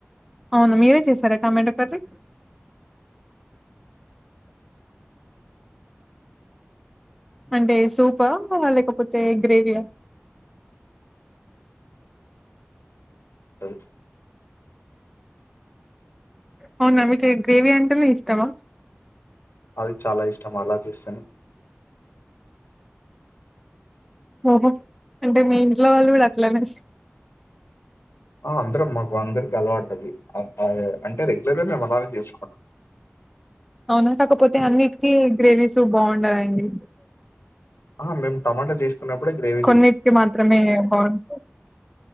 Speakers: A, in the centre; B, on the left.
A: అవునా మీరే చేసారా టమాటో కర్రీ అంటే సూప లేకపోతే గ్రేవియా
B: తరు
A: అవునా మీకు గ్రేవి అంటేనే ఇష్టమా
B: అది చాలా ఇష్టం అలా చేస్తేనే
A: ఓహో అంటే మీ ఇంట్లో వాళ్ళు కూడా అట్లనే
B: అ అందరం మాకు అందరికి అలవాటది ఆ అది అంటే రెగ్యులర్గా మేము అలాగే చేసుకుం
A: అవునా కాకపోతే అన్నిటికి గ్రేవీస్ బాగుండదండి
B: ఆ మేము టమాటా చేసుకున్నప్పుడే గ్రేవీ
A: కొన్నిటికి
B: చేస్తాం
A: మాత్రమే బాగుంట